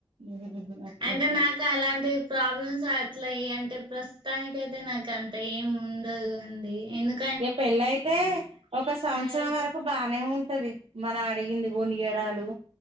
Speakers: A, on the right; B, on the right.
A: ఉమ్ అట్లుంటది
B: అంటే నాకలాంటి ప్రాబ్లమ్స్ అట్లా అంటే ప్రస్తుతానికయితే నాకంత ఏం ఉండదు అండి ఎందుకన్
A: ఇగ పెళ్ళయితే ఒక సంవత్సరం
B: మ్యారేజ్
A: వరక్ కు బానే ఉంటది మనమడిగింది కొనియ్యడాలు